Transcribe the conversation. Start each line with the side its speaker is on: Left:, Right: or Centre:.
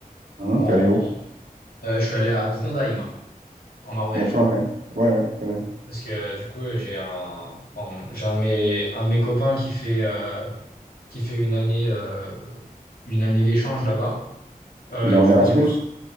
Right: Mhm.
Left: En...
Right: T'es allé où?
Left: euh, je suis allé à Trondheim, en Norvège.
Right: À Trondheim. Ouais, ouais, je connais.
Left: Parce que euh, du coup, euh, j'ai un... en- j'ai un de mes... un de mes copains qui fait, euh, qui fait une année, euh, une année d'échange là-bas. Euh,
Right: Il est
Left: et
Right: en
Left: du
Right: Erasmus?
Left: coup, on est parti